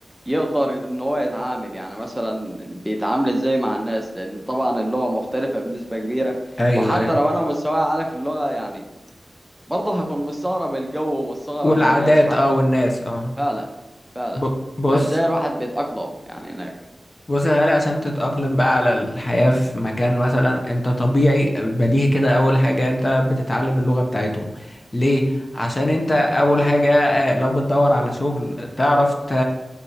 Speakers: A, in the centre; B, on the left (about 40°).
A: يقدر ان هو يتعامل يعني مثلا بيتعامل ازاي مع الناس لان طبعا اللغة مختلفة بنسبة كبيرة
B: ايوه
A: وحتى
B: ايوه
A: لو انا مستواي عارف اللغة يعني برضه هكون مستغرب الجو ومستغرب
B: والعادات
A: الناس حتى
B: اه والناس اه
A: فعلا فعلا
B: ب- بص
A: فازاي الواحد بيتأقلم يعني هناك
B: بص يا غالي عشان تتأقلم بقى على الحياة في مكان مثلا انت طبيعي بديهي كده اول حاجة انت بتتعلم اللغة بتاعتهم ليه؟ عشان انت اول حاجة آه، لو بتدور على شغل تعرف ت...